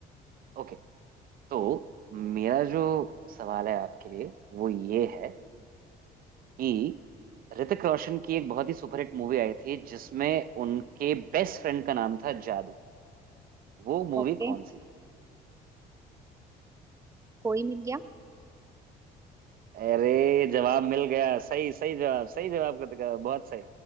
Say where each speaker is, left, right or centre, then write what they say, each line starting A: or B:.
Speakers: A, on the right; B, on the right.
A: ओके तो मेरा जो सवाल है आपके लिए वो ये है कि ऋतिक रोशन की एक बहुत ही सुपरहिट मूवी आई थी जिसमें उनके बेस्ट फ्रेंड का नाम था जादू वो मूवी
B: ओके
A: कौन सी थी
B: कोई मिल गया
A: अरे जवाब मिल गया सही सही जवाब सही जवाब कृतिका बहुत सही